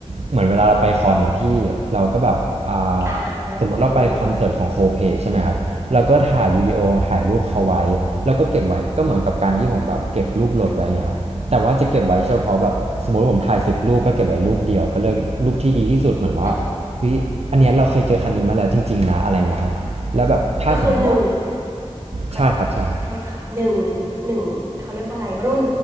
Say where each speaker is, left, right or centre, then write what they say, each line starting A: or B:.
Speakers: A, on the right; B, on the right.
A: เหมือนเวลาเราไปคอนนะพี่เราก็แบบอ่า
B: อ่า
A: สมมุติเราไปคอนเสิร์ตของโคเพใช่ไหมครับเราก็ถ่ายวิดีโอถ่ายรูปเขาไว้แล้วก็เก็บไว้ก็เหมือนกับการที่ผมแบบเก็บรูปรถไว้อย่างเงี้ยครับแต่ว่าจะเก็บไว้เฉพาะแบบสมมติผมถ่ายสิบรูปก็เก็บไว้รูปเดียวก็เลือกรูปที่ดีที่สุดเหมือนว่าเฮ้ยอันเนี้ยเราเคยเจอคันนี้มาแล้วจริงๆนะอะไรเงี้ยครับแล้วแบบถ้าสมมติว่า
B: อืมอ่าก็คือหนึ่ง ขอ
A: ใช่ครับใช่ครับ
B: โทษค่ะหนึ่งหนึ่งเขาเรียกว่าอะไรรุ่น